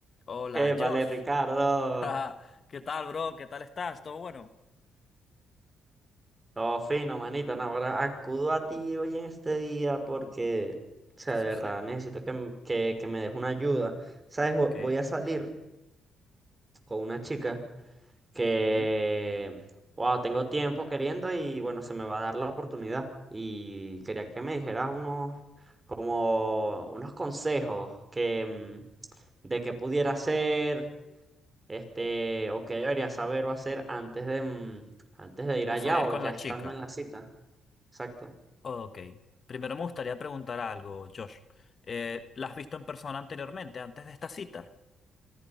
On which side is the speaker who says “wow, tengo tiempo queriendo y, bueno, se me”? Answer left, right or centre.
Right